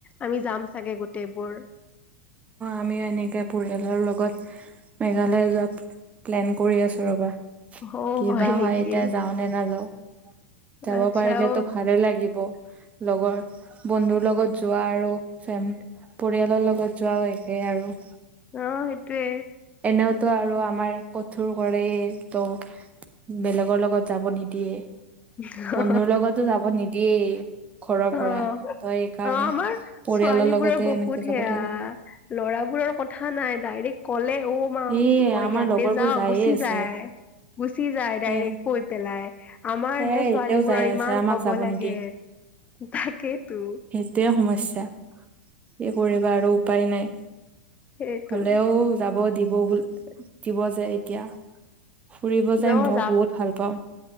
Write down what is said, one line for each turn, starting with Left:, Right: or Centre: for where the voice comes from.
Left: আমি যাম চাগে গোটেইবোৰ।
Right: আমিও এনেকৈ পৰিয়ালৰ লগত মেঘালয়ে যোৱাত প্লেন কৰি আছো ৰ'বা।
Left: অ
Right: কিবা
Left: নেকি
Right: হয় এতিয়া যাও নে নাযাও যাব
Left: আচ্ছা
Right: পাৰিলেতো
Left: অ
Right: ভালে লাগিব। লগৰ বন্ধুৰ লগত যোৱা আৰু ফেম পৰিয়ালৰ লগত যোৱাওঁ একেই আৰু
Left: অহ, সেইটয়ে
Right: এনেওতো আৰু আমাৰ কঠোৰ কৰে ত' বেলেগৰ লগত যাব নিদিয়ে।
Left: <unintelligible>
Right: বন্ধুৰ
Left: অ',
Right: লগতো যাব নিদিয়েই ঘৰৰ পৰা
Left: অ',
Right: ত এইকাৰণে
Left: আমাৰ
Right: পৰিয়ালৰ
Left: ছোৱালী
Right: লগতে
Left: বোৰৰ বহুত
Right: এনেকে যাব
Left: সেয়া
Right: লাগিব
Left: ল'ৰাবোৰৰ কথা নাই ডাইৰেক্ট কলে অ, মা
Right: এই
Left: মই
Right: আমাৰ
Left: ইয়াতে
Right: লগৰবোৰ
Left: যাও
Right: যায়ে
Left: গুচি
Right: আছে
Left: যায়। গুচি যায় ডাইৰেক্ট
Right: সে
Left: কৈ পেলাই। আমাৰ
Right: সেয়াই
Left: হে ছোৱালী
Right: এতিয়াও
Left: বোৰৰ
Right: যাই
Left: ইমান
Right: আছে আমাক
Left: ক'ব
Right: যাব
Left: লাগে
Right: নিদিয়ে
Left: তাকেইতো।
Right: সটেই সমস্যা এই কৰিবা আৰু উপায় নাই
Left: সেইটো
Right: হলেও যাব দিব, দিব যে এতিয়া ফুৰিব যাই
Left: ন
Right: মইও
Left: যাবা
Right: বহুত ভাল পাওঁ।